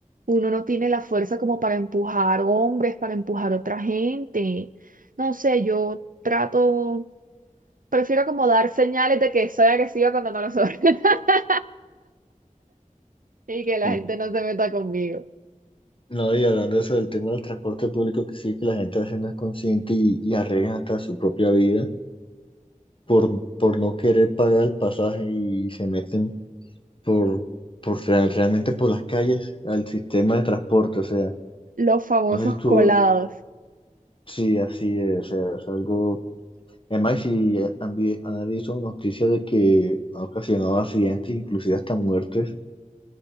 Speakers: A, on the right; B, on the left.
A: Uno no tiene la fuerza como para empujar hombres, para empujar otra gente. No sé, yo trato. Prefiero como dar señales de que soy agresiva cuando no lo soy <laughs> y que la
B: Eh.
A: gente no se meta conmigo.
B: No, y hablando de eso del tema del transporte público, que sí, que la gente a veces no es consciente y, y arriesgan hasta su propia vida por, por no querer pagar el pasaje y se meten por, por real- realmente por las calles al sistema de transporte, o sea.
A: Los famosos
B: No sé si tú,
A: colados.
B: sí, así es, o sea, es algo, además si han, vi- han visto noticias de que ha ocasionado accidentes, inclusive hasta muertes,